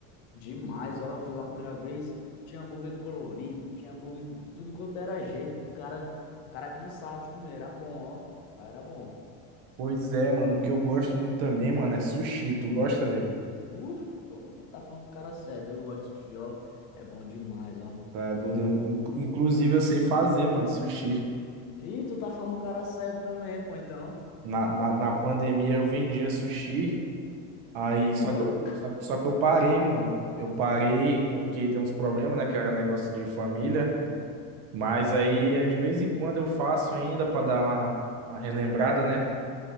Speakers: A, on the left; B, on the right.
A: Demais, ó. Eu fui lá a primeira vez, tinha hambúrguer colorido, tinha hambúrguer de tudo quanto era jeito. Cara, cara cansado de comer, era bom, ó. Lá era bom.
B: Pois é, mano, o que eu gosto muito também, mano, é sushi. Tu gosta, velho?
A: Uh, pô, tu tá falando com o cara certo. Eu gosto de sushi, ó. É bom demais, ó.
B: Tá doido. Eu, in- inclusive, eu sei fazer, mano, sushi.
A: Ih, tu tá falando com o cara certo também, pô, então.
B: Na, na, na pandemia eu vendia sushi. Aí,
A: É
B: só
A: mesmo?
B: que eu, só, que- só que eu parei, mano. Eu parei porque deu uns problemas, né? Que era negócio de família. Mas aí, é de vez em quando eu faço ainda pra dar uma, uma relembrada, né?